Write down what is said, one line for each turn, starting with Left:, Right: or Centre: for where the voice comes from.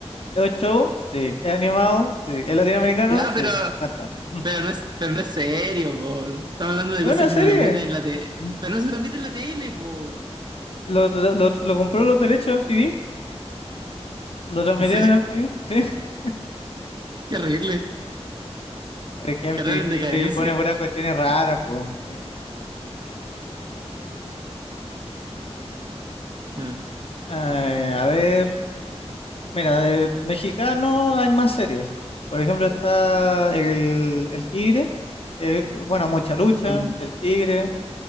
Left: ¿Es un show? Sí. ¿Es animado? Sí. ¿Es latinoamericano?
Right: Ya,
Left: Sí.
Right: pero,
Left: Cuenta. <laughs>
Right: pero no es, pero no es serio, po. Estamos hablando de
Left: ¿Es
Right: cosas
Left: una
Right: que
Left: serie?
Right: se transmiten en la tele.
Left: <laughs>
Right: Pero no se transmiten en la tele, po.
Left: ¿Lo, lo, lo- lo compró los derechos de MTV? ¿Lo transmitieron
Right: <laughs> En serio,
Left: en MTV? Sí. <laughs>
Right: qué horrible.
Left: Es que MTV
Right: Canal en decadencia.
Left: pone puras cuestiones raras, pues, sí.
Right: Ah,
Left: Eh, a ver. Mira, de mexicano hay más series. Por ejemplo, está El, el Tigre, que es, bueno, Mucha Lucha,
Right: mm.
Left: El Tigre,